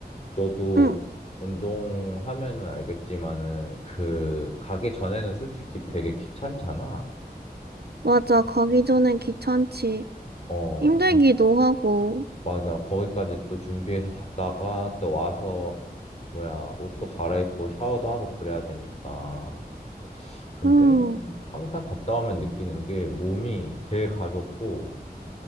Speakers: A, on the left; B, on the right.
A: 너도
B: 응,
A: 운동하면은 알겠지만은 그 가기 전에는 솔직히 되게 귀찮잖아.
B: 맞아. 가기 전엔 귀찮지.
A: 어,
B: 힘들기도
A: 근-
B: 하고,
A: 맞아. 거기까지 또 준비해서 갔다가 또 와서 뭐야, 옷도 갈아입고 샤워도 하고 그래야 되니까. 근데
B: 음,
A: 항상 갔다 오면 느끼는 게 몸이 되게 가볍고